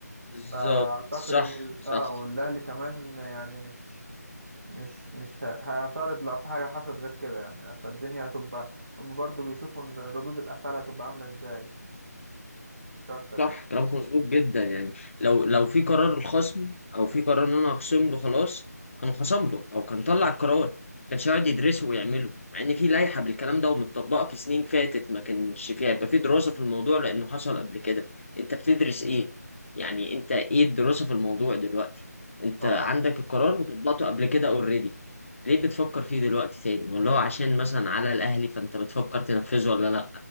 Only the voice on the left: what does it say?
بالظبط
صح
صح
صح
كلامك مظبوط جدا يعني لو لو في قرار الخصم او في قرار ان انا اخصم له خلاص كان خصم له او كان طلع القرار ما كانش يقعد يدرسه ويعمله مع ان في لائحه بالكلام ده ومتطبقه في سنين فاتت ما كانش فيها يبقى في دراسه في الموضوع لانه حصل قبل كده انت بتدرس ايه يعني انت ايه الدراسه في الموضوع دلوقتي انت
عندك القرار وطبقته قبل كده اوريدي ليه بتفكر فيه دلوقتي تاني والله عشان مثلا على الاهلي فانت بتفكر تنفذه ولا لا